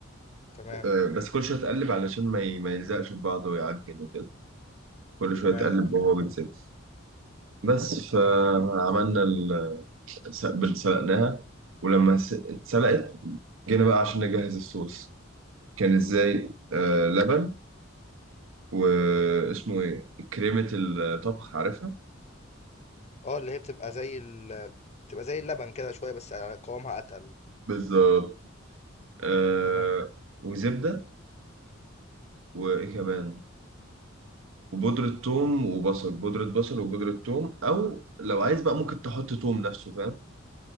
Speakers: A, on the left; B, on the right.
A: تمام
B: آه، بس كل شوية تقلب علشان ما ي- ما يلزقش في بعضه ويعجن وكده كل شوية
A: تمام
B: تقلب وهو بيتسلق بس فعملنا
A: تمام
B: ال- س- بال- سلقناها ولما س- اتسلقت جينا بقى عشان نجهز الصوص كان ازاي آه لبن واسمه ايه كريمة الطبخ عارفها
A: اه اللي هي بتبقى زي ال... بتبقى زي اللبن كده شويه بس قوامها اتقل
B: بالظبط آه
A: تمام
B: وزبدة وايه كمان وبودرة ثوم وبصل بودرة بصل وبودرة ثوم أو لو عايز بقى ممكن تحط ثوم نفسه فاهم